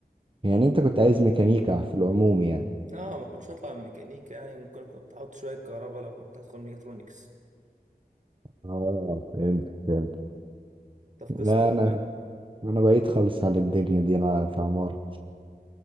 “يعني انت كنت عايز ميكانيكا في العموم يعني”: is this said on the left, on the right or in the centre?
Right